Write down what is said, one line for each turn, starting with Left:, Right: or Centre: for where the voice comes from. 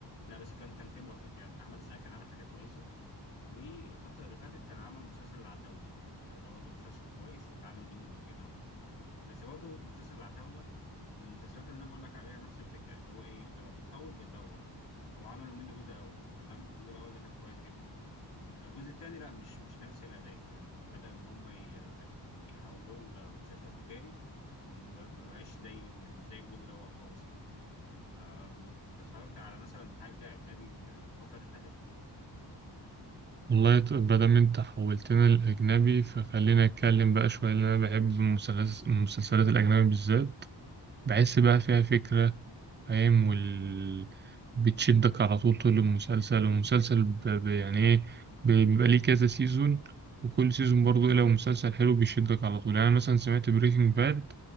Left: لا بس كان كان فيلم لطيف يعني احمد السقا كان عامل حاجات كويسه والفتره اللي فاتت كان عمل مسلسل العتاوله آه، ده برضه مسلسل كويس واتعمل منه جزئين اعتقد بس برضه مسلسل العتاوله من المسلسلات اللي انا بقول لك عليها نفس الفكره اللي هو ايه لما بتطول بتدوخ هو عملوا منه جزء اول تمام الجزء الاول ده كان كويس جدا الجزء الثاني لا مش مش نفس الاداء يعني بدا ان هم يحولوه لمسلسل تجاري وما بق- ما بقاش زي يعني زي الجزء الاول خالص يعني أم، انت اتفرجت على مثلا حاجه اجنبي آه، الفتره اللي فاتت
Right: والله ط- مادام انت حولتنا للأجنبي فخلينا نتكلم بقى شوية لأن أنا بحب المسلس- المسلسلات الأجنبي بالذات بحس بقى فيها فكرة فاهم وال... بتشدك على طول طول المسلسل والمسلسل ب... ب... يعني ايه ب- بيبقى ليه كذا سيزون وكل سيزون برضه إيه لو مسلسل حلو بيشدك على طول يعني أنا مثلا سمعت بريكنج باد